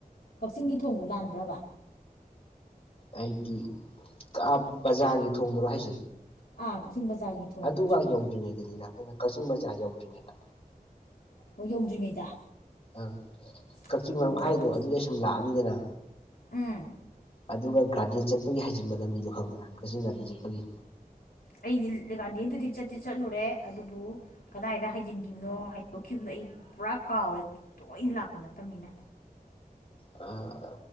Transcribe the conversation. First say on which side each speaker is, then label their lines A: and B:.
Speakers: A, on the left (about 80°); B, on the left (about 40°).
A: ꯀꯥꯛꯆꯤꯡꯒꯤ ꯊꯣꯡꯗꯣ ꯂꯥꯟꯕ꯭ꯔꯥꯕꯥ
B: ꯑꯩꯗꯤ ꯀꯥꯞ ꯕꯥꯖꯥꯔꯒꯤ ꯊꯣꯡꯗꯨꯔꯣ ꯍꯥꯏꯖꯦ
A: ꯑ ꯀꯥꯛꯆꯤꯡ ꯕꯖꯥꯔꯒꯤ ꯊꯣꯡꯗꯣ
B: ꯑꯗꯨꯒ
A: ꯑꯆꯧꯕꯗꯣ
B: ꯌꯧꯗ꯭ꯔꯤꯉꯩꯗꯅꯤꯗ ꯑꯩꯈꯣꯏꯅ ꯀꯥꯛꯆꯤꯡ ꯕꯖꯥꯔ ꯌꯧꯗ꯭ꯔꯤꯉꯩꯗ
A: ꯍꯣꯏ ꯌꯧꯗ꯭ꯔꯤꯉꯩꯗ
B: ꯑ ꯀꯥꯛꯆꯤꯡ
A: ꯑꯣ
B: ꯂꯝꯈꯥꯏꯗꯣ ꯑꯗꯨꯗꯒꯤ ꯁꯨꯝ ꯂꯥꯛꯑꯅꯤꯗꯅ
A: ꯎꯝ
B: ꯑꯗꯨꯒ ꯒ꯭ꯔꯥꯗꯦꯟ ꯆꯠꯄꯒꯤ ꯍꯥꯏꯖꯤꯟꯕ ꯂꯝꯕꯤꯗꯣ ꯈꯪꯕ꯭ꯔꯥ ꯀꯥꯛꯆꯤꯡ ꯒ꯭ꯥꯔꯗꯦꯟ ꯆꯠꯄꯒꯤ
A: ꯑꯩꯗꯤ ꯂꯤ ꯒ꯭ꯔꯥꯗꯦꯟꯗꯨꯗꯤ ꯆꯠꯇꯤ ꯆꯠꯂꯨꯔꯦ ꯑꯗꯨꯕꯨ ꯀꯗꯥꯏꯗ ꯍꯥꯏꯖꯤꯟꯈꯤꯕꯅꯣ ꯍꯥꯏꯗꯣꯛꯈꯤꯕꯅꯣ ꯑꯩ ꯄꯨꯔꯥ ꯀꯥꯎꯔꯦ ꯇꯣꯏꯅ ꯂꯥꯛꯄ ꯅꯠꯇꯕꯅꯤꯅ
B: ꯑꯥ